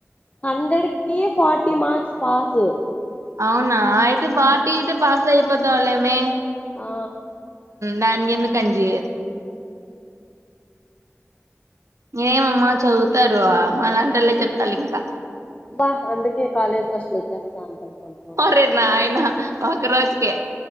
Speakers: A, on the left; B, on the right.
A: హండ్రెడ్కి ఫార్టీ మార్స్ పాస్
B: అవునా అయితే ఫార్టీ అయితే పాస్ అయిపోతా వాలేమే
A: ఆ
B: దానికెందుకు అంజి ఏమమ్మా చదువుతారు మాలాంటోళ్ళే చెప్పాలింకా
A: బా అందుకే కాలేజ్ ఫస్టులు వచ్చేస్తా అంటారు కొంతమంది
B: అరే నాయనా ఒకరోజుకే